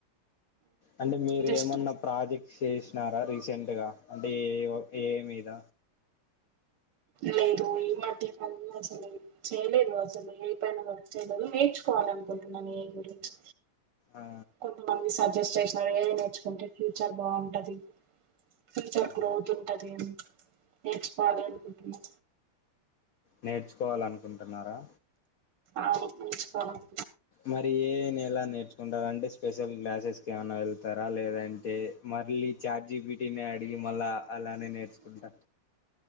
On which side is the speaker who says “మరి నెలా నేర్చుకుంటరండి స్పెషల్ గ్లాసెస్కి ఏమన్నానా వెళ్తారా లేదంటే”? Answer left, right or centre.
Left